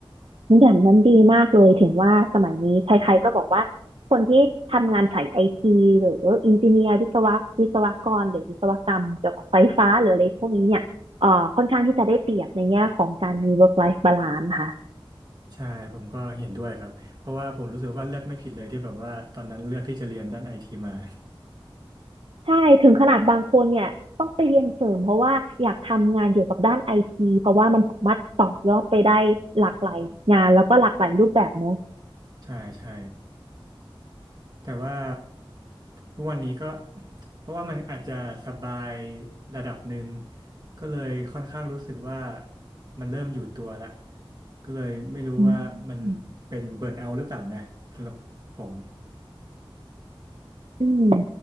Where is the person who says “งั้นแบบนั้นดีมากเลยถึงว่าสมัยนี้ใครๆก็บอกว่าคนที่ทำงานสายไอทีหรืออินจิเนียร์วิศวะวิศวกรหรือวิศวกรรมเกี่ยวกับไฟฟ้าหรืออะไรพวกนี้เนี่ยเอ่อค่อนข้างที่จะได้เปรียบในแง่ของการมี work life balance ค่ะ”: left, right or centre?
Right